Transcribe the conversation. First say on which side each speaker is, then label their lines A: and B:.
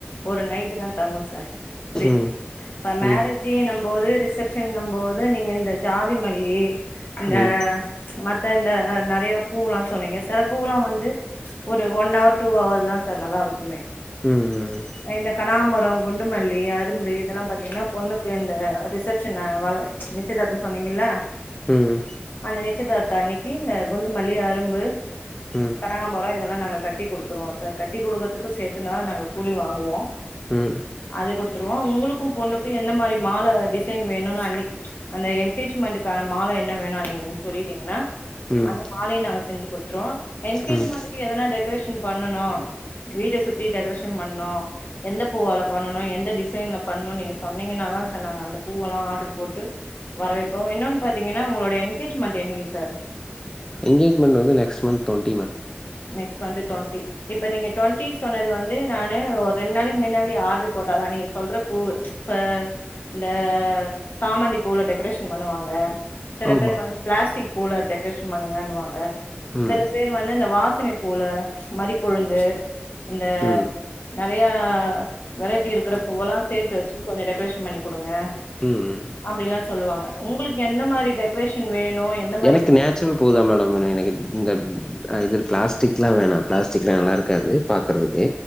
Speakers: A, on the left; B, on the left.
A: ஒரு நைட்டுதா தங்கு சார் புரியுதுங்
B: ம்
A: இப்ப மேரேஜின்னும்போது
B: ம்
A: ரிசப்ஷன்னு போது நீங்க இந்த ஜாதி மல்லி இந்த
B: ம்
A: மத்த இந்த நெறயா பூவெல்லா சொன்னீங்க சில பூவெல்லா வ ந்து ஒரு ஒன் ஹவர் டூ ஹவர்தா சார் நல்லா இருக்குமே
B: ம் ம்
A: இந்த கனகாம்பரம் குண்டுமல்லி அரும்பு இதெல்லா பாத்தீங்கன்னா பொண்ணுக்கு இந்த ரிசப்ஷனு வழ நிச்சயதார்த்தம் சொன்னீங்கல்ல
B: ம்
A: அந்த நிச்சயதாத்த அன்னைக்கு இந்த குண்டு மல்லி அரும்பு
B: ம்
A: கனகாம்பரம் இதெல்லா நாங்க கட்டி குடுத்துருவோ சார் கட்டி குடுக்கறதுக்கு சேத்துனா நாங்க கூலி வாங்குவோ
B: ம்
A: அது குடுத்துருவோ உங்களுக்கும் பொண்ணுக்கும் எந்த மாரி மால டிசைன் வேணும்னு அன்னைக்கி அந்த என்கேஜ்மெண்ட்டுக்கான மால என்ன வேணு அன்னைக்கி நீ நீங்க சொல்லிட்டீங்கன்னா
B: ம்
A: அந்த மாலைய நாங்க செஞ்சு குடுத்துருவோ என்கேஜ்மெண்ட்க்கு
B: ம்
A: எதனா டெக்கரேஷன் பண்ணனு வீட்ட சுத்தி டெக்கரேஷன் பண்ணு எந்த பூவால பண்ணனு எந்த டிசைன்ல பண்ணணு நீங்க சொன்னீங்கன்னாதா சார் நாங்க அந்த பூவெல்லா ஆர்டர் போட்டு வரவேற்ப்போ இன்னொன்னு பாத்தீங்கன்னா உங்களோட எங்கேஜ்மெண்ட் என்னைக்கி சார்
B: என்கேஜ்மண்ட் வந்து next month twenty madam
A: next month twenty இப்ப நீங்க டுவெண்ட்டி சொன்னது வந்து நானு ஒரு ரெண்டு நாளைக்கு மின்னாடி ஆர்டர் போட்டாதா நீங்க சொல்ற பூவு இப்ப இந்த சாமந்தி பூல டெக்கரேஷன் பண்ணுவாங்க சில
B: ஆமா
A: பேரு வந்து பிளாஸ்டிக் பூவுல டெக்கரேஷன் பண்ணுங்கன்னுவாங்க
B: ம்
A: சில பேர் வந்து அந்த வாசனை பூவுல மறிக்கொழுந்து இந்த
B: ம்
A: நெறையா வெரைட்டி இருக்கிற பூவல்லா சேத்து வச்சு கொஞ்சோ டெக்கரேஷன் பண்ணி குடுங்க
B: ம், ம்
A: அப்டில்லா சொல்லுவாங்க உங்களுக்கு எந்த மாரி டெக்கரேஷன் வேணு எந்த மாரி
B: எனக்கு
A: பூ
B: நேச்சுரல் பூவதா மேடம் வேணு எனக்கு இந்த இது பிளாஸ்டிக்லா வேணா பிளாஸ்டிக்லா நல்லா இருக்காது பாக்குறதுக்கு